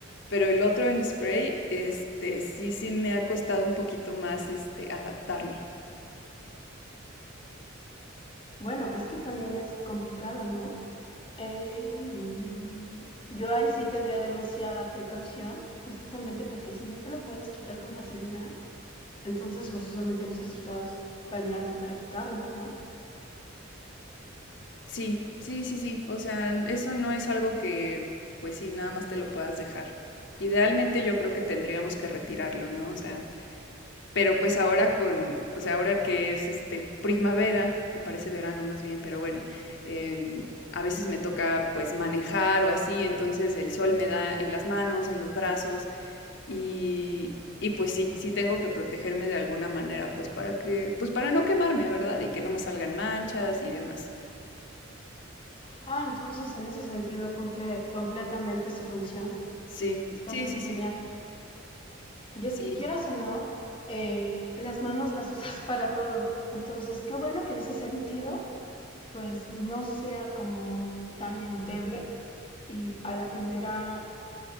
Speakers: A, on the left; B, on the left.
A: pero el otro en spray, este, sí, sí me ha costado un poquito más, este, adaptarme.
B: Bueno, es que también es complicado, ¿no? Eh, mm, yo ahí sí tendría demasiada precaución, justamente porque si no te lo puedes quitar con facilidad, entonces forzosamente necesitas bañarte para quitarlo, ¿no?
A: Sí, sí, sí, sí. O sea, n- eso no es algo que, pues sí, nada más te lo puedas dejar. Idealmente yo creo que tendríamos que retirarlo, ¿no? O sea, pero pues ahora con, o sea, ahora que es este primavera, que parece verano más bien, pero bueno, em, a veces me toca pues manejar o así, entonces el sol me da en las manos, en los brazos. Y, y pues sí, sí tengo que protegerme de alguna manera, pues para que, pues para no quemarme, ¿verdad? Y que no me salgan manchas y demás.
B: Ah, entonces en ese sentido cumple completamente su función.
A: Sí,
B: Está
A: sí,
B: súper
A: sí, sí,
B: genial. Y es
A: sí,
B: que quieras o no, eh, las manos las <laughs> usas para todo. Entonces, qué bueno que en ese sentido pues no sea como tan endeble y a la primera